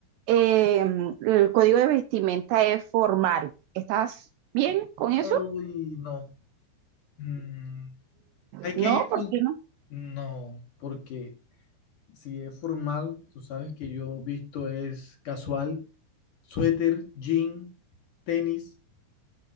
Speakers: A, on the right (about 80°); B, on the left (about 50°).
A: Eh, el código de vestimenta es formal. ¿Estás bien con eso?
B: Uy, no. Mm, hay
A: No,
B: que ir
A: ¿por
B: con...
A: qué no?
B: No, porque si es formal, tú sabes que yo visto es casual, suéter, jean, tenis,